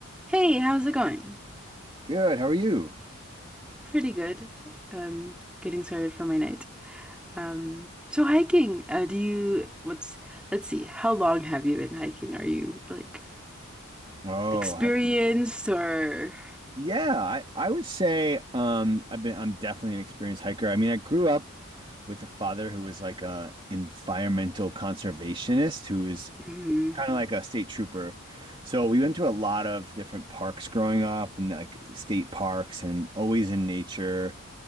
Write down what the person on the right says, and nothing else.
Good. How are you?
Oh,
hiking.
Yeah, I, I would say um I've been I'm definitely an experienced hiker. I mean, I grew up with a father who was like a environmental conservationist who was
kind of like a state trooper. So we went to a lot of different parks growing up and like state parks and always in nature.